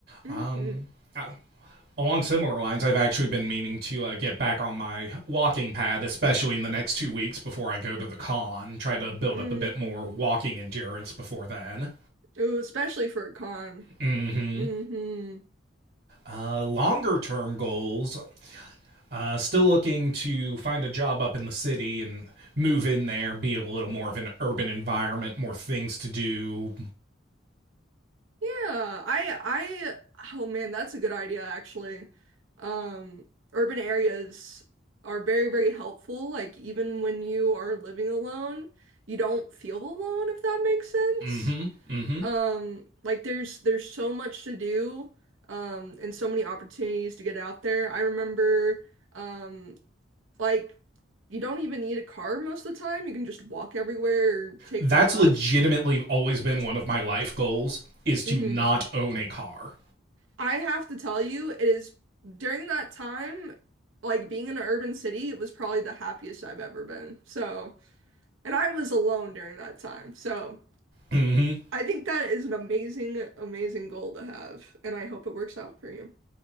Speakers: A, on the right; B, on the right.
A: Mm-hmm.
B: Um, uh, along similar lines, I've actually been meaning to uh, get back on my walking pad, especially in the next two weeks before I go to the con. Try to build
A: Mm-hmm.
B: up a bit more walking endurance before then.
A: Ooh, especially for a con.
B: Mm-hmm.
A: Mm-hmm.
B: Uh, longer term goals. Uh, still looking to find a job up in the city and move in there, be a little more of an urban environment, more things to do.
A: Yeah, I I oh man, that's a good idea actually. Um, urban areas are very, very helpful. Like even when you are living alone, you don't feel alone if that makes sense.
B: Mm-hmm. Mm-hmm.
A: Um, like there's there's so much to do, um, and so many opportunities to get out there. I remember um like you don't even need a car most of the time. You can just walk everywhere or take
B: That's
A: the bus.
B: legitimately always been one of my life goals is to
A: hmm
B: not own a car.
A: I have to tell you, it is during that time, like being in an urban city, it was probably the happiest I've ever been. So, and I was alone during that time. So,
B: Mm-hmm.
A: I think that is an amazing, amazing goal to have. And I hope it works out for you.